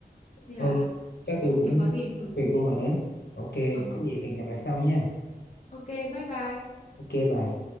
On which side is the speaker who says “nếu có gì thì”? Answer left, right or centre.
Left